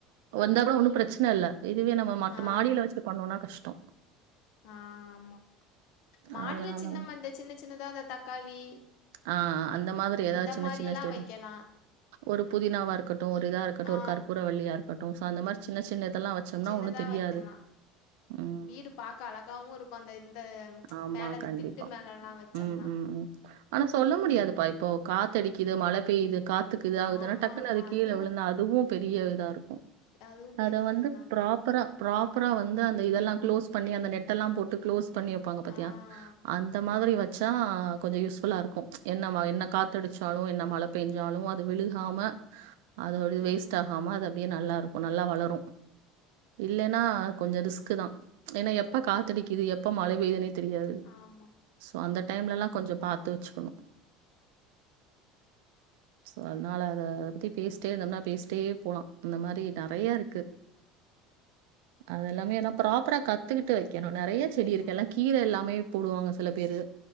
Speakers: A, on the right (about 85°); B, on the left (about 60°).
A: வந்தா கூட ஒன்னு பிரச்சன இல்ல இதுவே நம்ம மத்த
B: ஆ
A: மாடில வஸ்டு பண்ணோனா கஷ்டோ
B: ஆ ஆமா மாடில
A: அதனால
B: சின்னமா இந்த சின்ன சின்னதா இந்த தக்காளி
A: ஆ ஆ அந்த மாதிரி ஏதா
B: இந்த
A: சின்ன
B: மாதிரிலாம்
A: சின்ன ஸ்டேடு
B: வைக்கலாம்
A: ஒரு புதினாவா இருக்கட்டு ஒரு இதா இருக்கட்டு
B: ஆ
A: ஒரு கற்பூர வள்ளியா இருக்கட்டு சோ அந்த மாரி சின்ன சின்ன இதெல்லா வச்சோம்னா
B: சின்னதா
A: ஒன்னு தெரியாது
B: வைக்கலா
A: ம்
B: வீடு பாக்க அழகாவு இருக்கொ அந்த இந்த
A: ஆமா
B: மேல இது
A: கண்டிப்பா
B: திட்டு மேலலா வ ச்சம்னா
A: ம் ம் ம் அது சொல்ல முடியாதுபா இப்போ காத்து அடிக்குது மழ பெய்யிது காத்துக்கு இது ஆகுதுன்னா
B: ஆமாம்
A: டக்குனு
B: ஆமாம்
A: அது கீழ
B: அதுவும்
A: விழுந்து அ துவு பெரிய இதா இருக்கூ
B: அதுவும்
A: அத
B: பெரிய
A: வந்து
B: இதுதான்
A: ப்ராப்பரா ப்ராப்பரா வந்து அந்த இதெல்லா க்ளோஸ் பண்ணி அந்த நெட்டெல்லா போட்டு க்ளோஸ் பண்ணி வைப்பாங்க பாத்தியா
B: ஆ
A: அந்த மாதிரி வச்சா கொஞ்சோ யூஸ் ஃபுல்லா இருக்கூ என்ன மா என்ன காத்து அடிச்சாலு என்ன மழ பேஞ்சாலு அது விழுகாம அது ஒடி
B: ம்.
A: வேஸ்ட் ஆகாம அது அப்டியே நல்லா இருக்கூ நல்லா வளரு இல்லன்னா கொஞ்சோ ரிஸ்குதா ஏனா
B: ரிஸ்
A: எப்ப காத்தடிக்கிது
B: அத்
A: எப்ப மழ பெய்துனே தெரியாது
B: ஆமா.
A: சோ அந்த டைம்லலா கொஞ்சோ பாத்து வச்சுக்கணு ஸோ அதுனால அத அத பத்தி பேசிட்டே இருந்தோனா பேசிட்டே போலா அந்த மாரி
B: ம்.
A: நெறையா இருக்கு அதெல்லாமே ஏன்னா ப்ராப்பரா கத்துக்கிட்டு வைக்கணு நெறைய செடி இருக்கு
B: ஆமா.
A: எல்லா கீர எல்லாமே போடுவாங்க சில பேரு